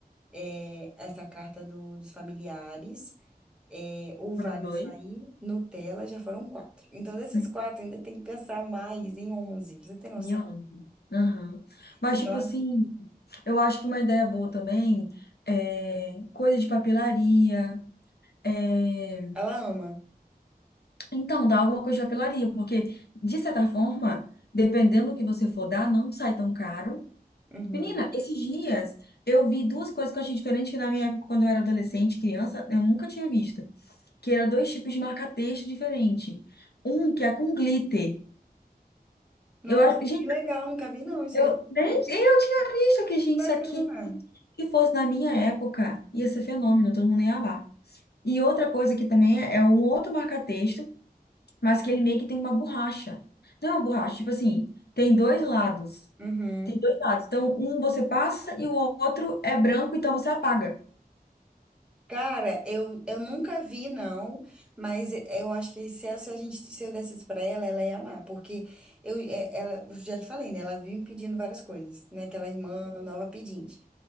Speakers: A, in the centre; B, on the left (about 85°).
A: É, essa carta do- dos familiares. é, o Vale
B: Foram dois.
A: Sair, Nutella, já foram quatro. Então, desses
B: Uhum.
A: quatro, ainda tem que pensar mais em onze. Você tem noção?
B: E onde? Aham. Mas,
A: Então,
B: tipo assim, eu acho que uma ideia boa também é coisa de papelaria. é,
A: ela ama.
B: Então, dá alguma coisa de papelaria, porque, de certa forma, dependendo do que você for dar, não sai tão caro.
A: Uhum.
B: Menina, esses dias eu vi duas coisas que eu achei diferente que na minha época, quando eu era adolescente, criança, eu nunca tinha visto. Que eram dois tipos de marca-texto diferente. Um que é com glitter.
A: Nossa,
B: Eu, a- gente,
A: que legal, nunca vi não isso
B: eu
A: aí.
B: nem eu tinha visto que, gente,
A: Que bacana.
B: isso aqui, se fosse na minha época, ia ser fenômeno, todo mundo ia amar. E outra coisa que também é, é um outro marca-texto, mas que ele meio que tem uma borracha. Não é uma borracha, tipo assim, tem dois lados.
A: Uhum.
B: Tem dois lados. Então, um você passa e o outro é branco, então você apaga.
A: Cara, eu, eu nunca vi, não, mas e- eu acho que se, a- se a gente, se eu desse isso pra ela, ela ia amar, porque eu, é- ela, eu já te falei, né? Ela vive me pedindo várias coisas, né? Aquela irmã nova pedinte.